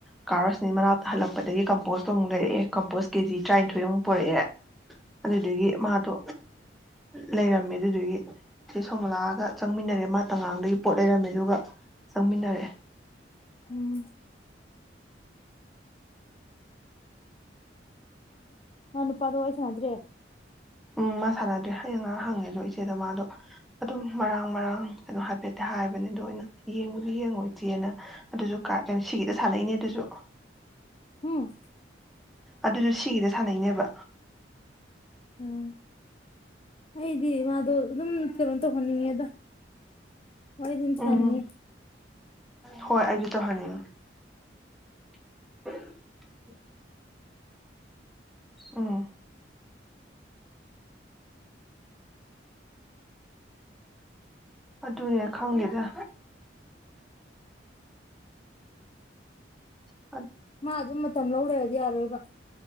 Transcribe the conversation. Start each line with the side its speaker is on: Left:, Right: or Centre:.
Centre: ꯀꯥ ꯔꯣꯁꯅꯤ ꯃꯅꯥꯛꯇ ꯍꯜꯂꯛꯄꯗꯒꯤ ꯀꯝꯄꯣꯁꯇꯣ ꯑꯃꯨꯛ ꯂꯩꯔꯛꯑꯦ ꯀꯝꯄꯣꯁ ꯀꯦꯖꯤ ꯇꯔꯥꯅꯤꯊꯣꯏꯃꯨꯛ ꯄꯨꯔꯛꯑꯦ ꯑꯗꯨꯗꯨꯒꯤ ꯃꯥꯗꯣ ꯂꯩꯔꯝꯃꯦ ꯑꯗꯨꯗꯨꯒꯤ ꯆꯦ ꯁꯣꯝꯂꯥꯒ ꯆꯪꯃꯤꯟꯅꯔꯛꯑꯦ ꯃꯥ ꯇꯉꯥꯡꯗꯒꯤ ꯄꯣꯠ ꯂꯩꯔꯝꯃꯦ ꯑꯗꯨꯒ ꯆꯪꯃꯤꯟꯅꯔꯛꯑꯦ
Left: ꯎꯝ ꯃꯥ ꯅꯨꯄꯥꯗꯣ ꯋꯥꯔꯤ ꯁꯥꯟꯅꯗ꯭ꯔꯦ
Centre: ꯎꯝ ꯃꯥ ꯁꯥꯟꯅꯗ꯭ꯔꯦ ꯑꯩꯅ ꯉꯔꯥꯡ ꯍꯪꯉꯦ ꯑꯗꯣ ꯏꯆꯦꯗ ꯃꯥꯗꯣ ꯑꯗꯨꯝ ꯃꯔꯥꯡ ꯃꯔꯥꯡ ꯀꯩꯅꯣ ꯍꯥꯏꯐꯦꯠꯇꯤ ꯍꯥꯏꯕꯅꯦ ꯑꯗꯣ ꯑꯩꯅ ꯌꯦꯡꯕꯨꯗꯤ ꯌꯦꯡꯉꯣ ꯏꯆꯦꯅ ꯑꯗꯨꯁꯨ ꯀꯥ ꯑꯦꯝꯁꯤꯒꯤꯗ ꯁꯥꯟꯅꯩꯅꯦ ꯑꯗꯨꯁꯨ
Left: ꯍꯨꯡ
Centre: ꯑꯗꯨꯁꯨ ꯁꯤꯒꯤꯗ ꯁꯥꯟꯅꯩꯅꯦꯕ
Left: ꯎꯝ ꯑꯩꯗꯤ ꯃꯥꯗꯣ ꯑꯗꯨꯝ ꯀꯩꯅꯣ ꯇꯧꯍꯟꯅꯤꯡꯉꯦꯗ ꯋꯥꯏꯗꯤ ꯑꯗꯨꯝ
Centre: ꯎꯝ
Left: ꯁꯥꯅꯤꯡꯉꯦ
Centre: ꯍꯣꯏ ꯑꯩꯒꯤꯇ ꯍꯅꯤꯅꯤ <unintelligible> ꯑꯣ ꯑꯗꯨꯅꯦ ꯈꯪꯒꯦꯗ ꯎ
Left: ꯃꯥ ꯑꯗꯨꯝ ꯃꯇꯝ ꯂꯧꯔꯗꯤ ꯌꯥꯔꯣꯏꯕ